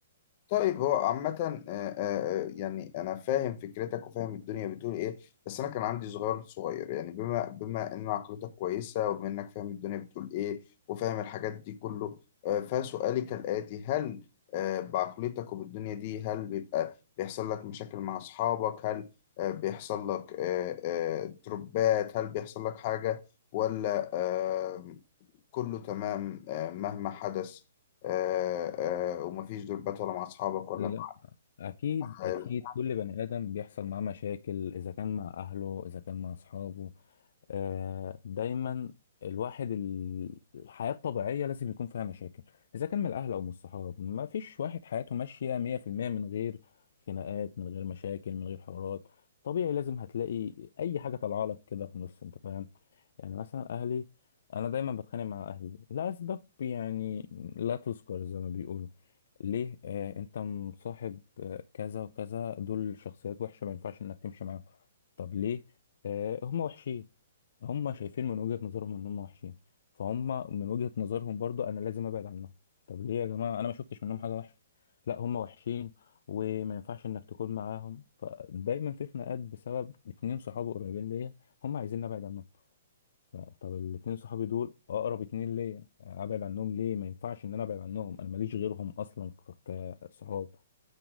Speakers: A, on the left; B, on the left.
A: طيب هو عامة آه، آه، آه، يعني أنا فاهم فكرتك وفاهم الدنيا بتقول إيه بس أنا كان عندي صغير صغير يعني بما بما إن عقلتك كويسة وبما إنك فاهم الدنيا بتقول إيه وفاهم الحاجات دي كله آه، فسؤالي كالآتي هل آه، بعقلتك وبالدنيا دي هل بيبقى بيحصل لك مشاكل مع أصحابك هل آه، بيحصل لك آه، آه، تربات هل بيحصل لك حاجة ولا آمم، كله تمام آه، مهما حدث آه، آه، ومفيش دربات ولا مع أصحابك ولا
B: لا
A: مع
B: اكيد
A: العيلة
B: اكيد كل بني ادم بيحصل معاه مشاكل اذا كان مع اهله اذا كان مع اصحابه آه، دايما الواحد ال- الحياة الطبيعية لازم يكون فيها مشاكل إذا كان من الأهل أو من الصحاب ما فيش واحد حياته ماشية 100% من غير خناقات من غير مشاكل من غير حوارات طبيعي لازم هتلاقي أي حاجة طالعة لك كده في النص أنت فاهم يعني مثلا اهلي انا دايما بتخانق مع اهلي لاسباب يعني لا تذكر زي ما بيقولوا ليه آه انت مصاحب آه كذا وكذا دول شخصيات وحشه ما ينفعش انك تمشي معاهم طب ليه آه هم وحشين هم شايفين من وجهة نظرهم ان هم وحشين فهم من وجهة نظرهم برضو انا لازم ابعد عنهم طب ليه يا جماعه انا ما شفتش منهم حاجه وحشه لا هم وحشين وما ينفعش انك تكون معاهم فدايما في خناقات بسبب اتنين صحاب قريبين ليا هم عايزين ابعد عنهم ف- طب الاتنين صحابي دول اقرب اتنين ليا ابعد عنهم ليه ما ينفعش ان انا ابعد عنهم انا ماليش غيرهم اصلا ك- كصحاب